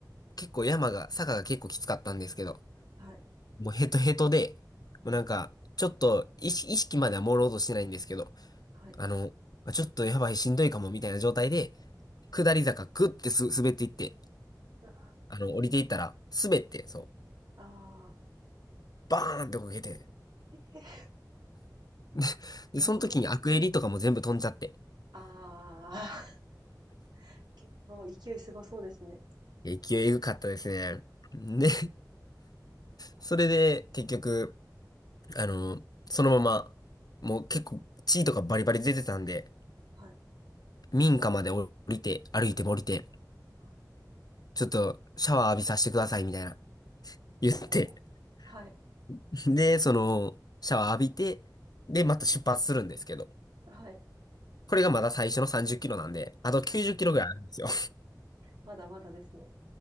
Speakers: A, on the left; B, on the right.
A: 結構山が、坂が結構きつかったんですけど、
B: はい。
A: もうヘトヘトで、もうなんか、
B: うん、
A: ちょっと意識、意識までは朦朧としてないんですけど、
B: はい。
A: あの、あちょっとやばいしんどいかもみたいな状態で、下り坂グッてす滑っていって、
B: うわ、
A: あの、降りていったら、滑って、そう、
B: ああ、
A: バーンってこけて、
B: え、
A: <laughs> で、
B: 山の、
A: でその時にアクエリとかも全部飛んじゃって、
B: ああ、<laughs> 結構勢いすごそうですね。
A: 勢いエグかったですね。で、それで結局、あの、そのまま、もう結構血とかバリバリ出てたんで、
B: はい、
A: 民家まで降りて、歩いても降りて、
B: はい、
A: ちょっとシャワー浴びさせてくださいみたいな。言って。
B: おお。はい。
A: <laughs> で、その、シャワー浴びて、で、また出発するんですけど。
B: うん、はい。
A: これがまだ最初の30キロなんで、あと90キロぐらいあるんですよ。
B: まだまだですね。